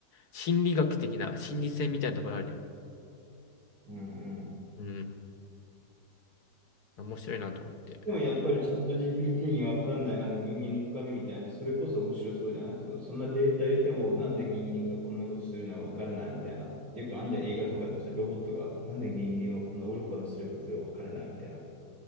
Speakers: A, on the left; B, on the right.
A: 心理学的な、心理戦みたいなところあるじゃん。
B: うんうん。
A: うん。面白いなと思って。
B: でもやっぱりチャット GPT にわかんないなんか人間の深みみたいな、それこそ面白そうじゃないその、そんなデータ入れてもなんで人間がこんなことするのはわからないみたいな。よくあんじゃん映画とかでもさ、ロボットがなんで人間はこんな愚かなすることがわからないみたいな。